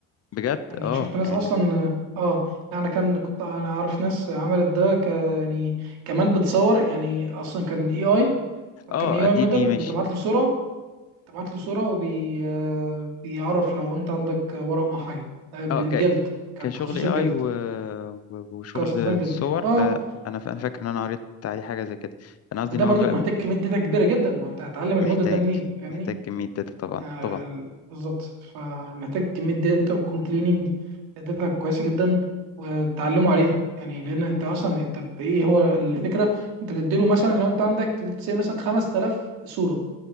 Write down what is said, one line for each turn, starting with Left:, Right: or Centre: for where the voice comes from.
Left: بجد
Right: يعني
Left: اه
Right: شفت ناس
Left: يعني
Right: اصلا اه انا كان كنت انا عارف ناس عملت ده ك يعني كمان بتصور يعني اصلا كان اي اي
Left: اه
Right: كان اي اي
Left: دي
Right: موديل
Left: دي ماشي
Right: بتبعت له صورة بتبعت له صورة وبي آه، بيعرف لو انت عندك ورق مع حاجة آه، بالجلد
Left: اه ك
Right: كان
Left: كشغل
Right: تخصصه
Left: AI
Right: الجلد
Left: و... و- وشغل
Right: كان سرطان
Left: الصور
Right: جلد اه
Left: ده أنا ف... أنا فاكر إن أنا قريت عليه حاجة زي كده أنا قصدي
Right: ده
Left: إن هو
Right: برضك
Left: بقى
Right: محتاج كميه داتا كبيره جدا ما انت هتعلم الموديل
Left: محتاج
Right: ده منين فاهمني
Left: محتاج كمية داتا طبعا
Right: آه
Left: طبعا
Right: بالظبط فمحتاج كميه داتا ويكون كليننج داتا كويسه جدا وتعلموا عليها يعني لان انت اصلا انت بايه هو الفكره انت بتديله مثلا لو انت عندك say مثلا 5000 صوره